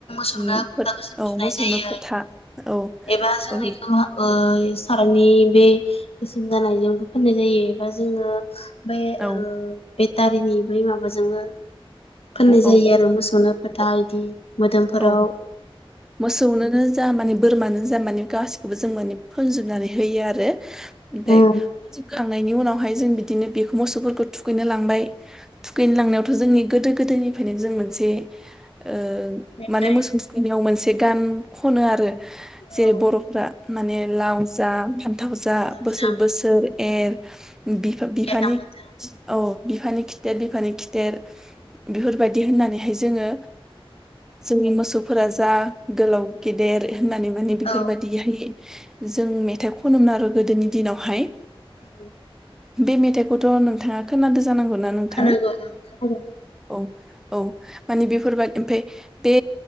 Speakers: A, on the left; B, in the centre.
A: थुखैनो
B: उम
A: फथा
B: फोथ
A: गोसोम
B: औ
A: थुनाय
B: मोसौनो
A: जायो
B: फोथा औ
A: एबा जों
B: औ
A: बेखौ ओ सारानि बे गोसोम जानायजोंबो फोननाय जायो बिदिबा जोङो बे
B: औ
A: बेटारिनि बै माबाजोंनो फोननाय जायो
B: औ
A: आरो मोसौनो फोथा
B: औ
A: इदि मोदोमफोराव
B: औ मोसौनोनो जा माने बोरमा मानो जा माने गासिखौबो जों माने फोनजोबनानै होयो आरो ओमफ्राय
A: उम
B: होखांनायनि उनावहाय जों बिदिनो बेखौ मोसौफोरखौ थुखैनो लांबाय थुखैनो लांनायावथ' जोंनि गोदो गोदोनिफ्रायनो जों मोनसे ओ
A: मेथाइ
B: माने मोसौ थुखैनायाव मोनसे ए गान खनो आरो जेरै
A: औ
B: बर'फ्रा माने लाव जा फान्थाव जा
A: फान्थावजों
B: बोसोर
A: उम
B: बोसोर एर बिफानि
A: गेरलां बोथोर
B: औ बिफानि खिथेर बिफानि खिथेर बेफोरबायदि होननानैहाय जोङो जोंनि मोसौ फोरा जा गोलाव गेदेर होननानै माने बेफोर
A: औ
B: बायदिहाय जों मेथाइ खनोमोन आरो गोदोनि दिनावहाय
A: औ
B: बे मेथाइखौथ' नोंथाङा खोनादो जानांगौना नोंथां
A: खोनागौ ओं खोनादों
B: औ औ माने बेफोरबायदि ओमफफ्राय बे